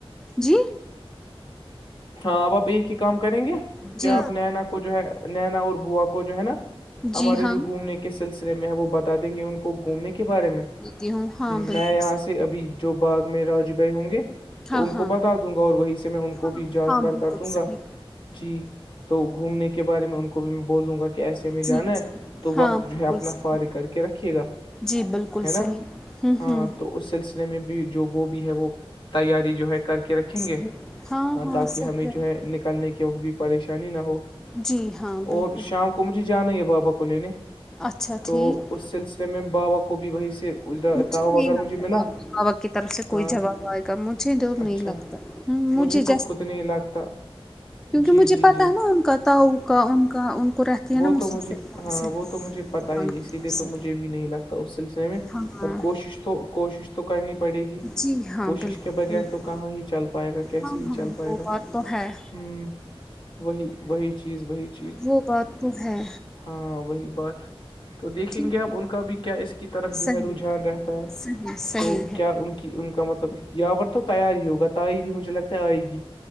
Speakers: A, in the centre; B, on the left.
A: جی
B: ہاں آب آپ ایک ہی کام کریں گے
A: جی
B: کیا آپ نینا کو جو ہے نینا اور بوا کو جو ہے نا ہمارے
A: جی ہاں
B: جو گھومنے کے سلسلے میں ہے وہ بتا دیں گے ان کو گھومنے کے بارے میں
A: تی ہوں ہاں
B: میں
A: بالکل
B: یہاں ابھی جو باغ میں راجو بھائی ہوں گے تو
A: ہاں
B: ان کو
A: ہاں
B: بتا دوں گا اور وہیں سے میں ان کو
A: ہاں
B: بھی
A: ہاں
B: کار
A: بالکل
B: کر دوں
A: صحیح
B: گا جی تو گھومنے کے بارے میں ان کو بھی میں بول دوں گا ایسے
A: جی
B: میں جانا ہے
A: جی
B: تو وقت
A: ہاں
B: جو
A: بالکل
B: ہے اپنا
A: صحیح
B: فار کر کے رکھیے گا
A: جی بالکل
B: ہے نا
A: صحیح ہوں
B: ہاں
A: ہوں
B: تو اس سلسلے میں بھی جو وہ بھی ہے وہ تیاری جو ہے کر کے رکھیں گے
A: صحیح
B: ہاں تاکہ
A: صحیح
B: ہمیں
A: رہے
B: جو ہے نکلنے کی بھی پریشانی نہ ہو
A: جی ہاں بالکل
B: اور شام کو کو مجھے جانا ہی ہے بابا کو لینے
A: اچھا
B: تو
A: ٹھیک
B: اس سلسلے میں بابا کو بھی وہی سے اجرتا
A: مجھے
B: ہوا
A: نہیں
B: اگر مجھے
A: لگتا
B: ملا
A: آپ بابا کی طرف سے
B: ہاں
A: کوئی جواب آئے گا مجھے جو نہیں
B: اچھا
A: لگتا ہ مج
B: مجھے
A: چ <unintelligible>
B: تو خود نہیں لگتا جی
A: مجھے
B: جی
A: پتہ
B: جی
A: ہے نا ان کا تاؤ کا ان کا ان کو رہتی ہے
B: وہ
A: نا مصیبت
B: تو مجھے
A: وہاں
B: ہاں
A: سے
B: وہ تو مجھے پتا
A: دکان
B: ہی
A: کی
B: اسی
A: طرف
B: لیے
A: سے
B: تو مجھے بھی نہیں لگتا اس سلسلے میں
A: ہاں
B: پر کوشش تو کوشش تو کرنی پڑے گی
A: جی ہاں
B: کوشش
A: بالکل
B: کے بغیر
A: بالکل
B: تو کہاں ہی چل پائے گا کیسے
A: ہاں
B: ہی
A: ہاں
B: چل پائے
A: وہ
B: گا
A: بات تو ہے
B: ہوں وہی وہی چیز وہی چی
A: وہ بات تو ہے
B: ہاں وہی بات تو دیکھیں
A: ٹھیک
B: گے آپ ان کا بھی کیا اس کی طرف جو
A: صحیح
B: ہے رجحان رہتا ہے
A: صحیح صحیح
B: تو
A: ہے
B: کیا ان کی ان کا مطلب اس یہاں پر تو تیار ہی ہوگا تائی بھی مجھے لگتا ہے آئے گی